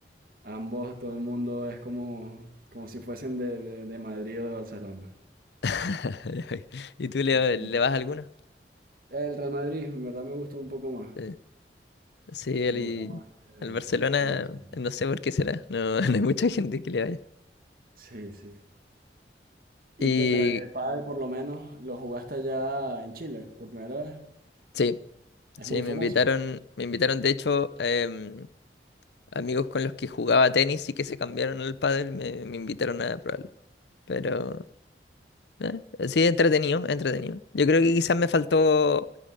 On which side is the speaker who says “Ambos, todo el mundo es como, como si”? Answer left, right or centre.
Right